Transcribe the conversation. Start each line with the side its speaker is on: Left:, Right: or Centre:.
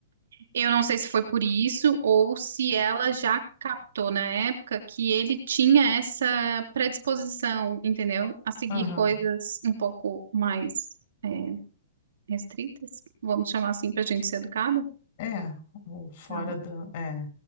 Right: Eu não sei se foi por isso ou se ela já captou na época que ele tinha essa predisposição, entendeu? A seguir
Left: Aham.
Right: coisas um pouco mais é, restritas, vamos chamar assim para a gente ser educada,
Left: É, ou fora
Right: Tá.
Left: da. É,